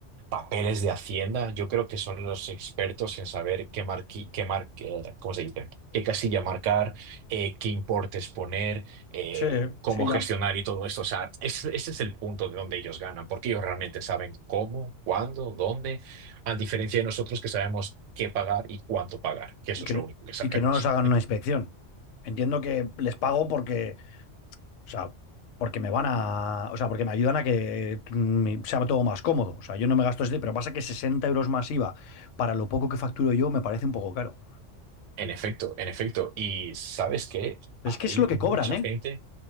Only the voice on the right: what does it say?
papeles de Hacienda, yo creo que son los expertos en saber qué marqui, qué mar, eh, ¿cómo se dice? qué casilla marcar, eh, qué importes poner, eh,
cómo
gestionar y todo esto. O sea, ese, ese es el punto de donde ellos ganan, porque ellos realmente saben cómo, cuándo, dónde, a diferencia de nosotros que sabemos qué pagar y cuánto pagar, que eso
es lo
único que sabemos.
En efecto, en efecto. Y ¿sabes qué?
Hay
mucha
gente.